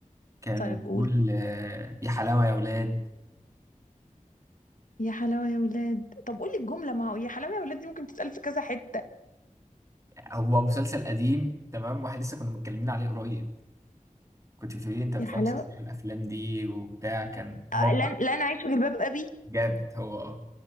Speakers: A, on the right (about 20°); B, on the left (about 75°).
A: كان
B: طيب قول
A: بيقول آه، يا حلاوه يا اولاد
B: يا حلاوة يا ولاد طب قولي الجملة ما هو يا حلاوة يا ولاد دي ممكن تتقال في كذا حتة
A: هو مسلسل قديم تمام واحد لسه كنا متكلمين عليه قريب كنت بتقولي لي انت بتفكر
B: يا حلاوة
A: في الافلام دي وبتاع كان
B: آه،
A: هو بتاع
B: لن لن أعيش في جلباب أبي
A: جامد هو اه